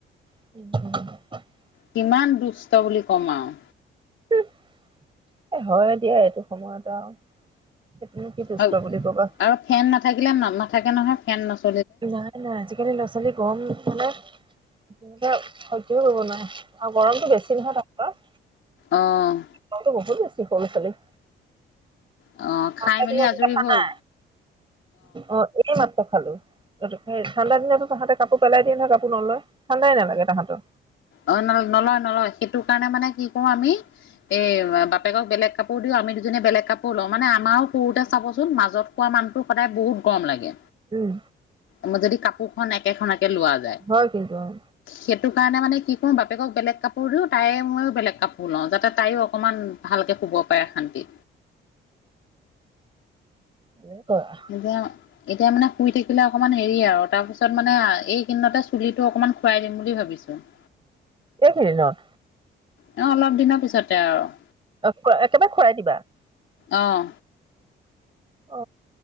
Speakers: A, on the right; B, on the left.
A: <unintelligible>
B: কিমান দুষ্ট বুলি কম আৰু।
A: উম, এ হয় দিয়া এইটো সময়ত আৰু। সেইটোনো কি দুষ্ট
B: হ'।
A: বুলি কবা।
B: আৰু ফেন নাথাকিলে না নাথাকে নহয়। ফেন নচ-
A: নাই নাই। আজিকালি ল'ৰা-ছোৱালী গৰম মানে- উম, দিয়োক সহ্যও কৰিব নোৱাৰে আৰু গৰমটো বেছি নহয় তাত পুৰা।
B: অ'।
A: গৰমটো বহুত বেছি সৰু চলিৰ।
B: অ'
A: ঠাণ্ডা
B: খাই মেলি
A: দিনতো
B: আজৰি
A: দেখা
B: হ'ল
A: নাই। অ' এই মা- ত' খালোঁ। এইটো, সেই ঠাণ্ডা দিনতো তাহঁতে কাপোৰ পেলাই দিয়ে নহয়, কাপোৰ নলয়। ঠাণ্ডাই নালাগে তাহঁতৰ।
B: অহ, নল, নলয়-নলয়। সেইটো কাৰণে মানে কি কৰোঁ আমি- এই, বা বাপেকক বেলেগ কাপোৰ দিওঁ, আমি দুজনীয়ে বেলেগ কাপোৰ লওঁ। মানে আমাৰো শুওতে চাবচোন, মাজত- শুৱা মানুহটো সদায় বহুত গৰম লাগে।
A: উম
B: ম, যদি কাপোৰখন একেখনকে লোৱা যায়,
A: হয় কিন্তু উম
B: সেইটো- কাৰণে মানে- কি কৰোঁ, বাপেকক বেলেগ কাপোৰ দিওঁ, তাই মইয়ে বেলেগ কাপোৰ লওঁ। যাতে তাইও অকণমান ভালকে শুব- পায় শান্তি।
A: ভালে কৰা
B: এতিয়া- এতিয়া মানে শুই থাকিলে অকণমান হেৰি আৰু, তাৰ পিছত মানে আ' এইকেইদিনতে চুলিটো অকমান খূৰাই দিম বুলি ভাবিছোঁ। <inaudible>
A: এইকেইদিনত?
B: অহ, অলপ দিনৰ পিছতে আৰু।
A: আচ্ছা, একেবাৰে খূৰাই দিবা?
B: অহ।
A: অ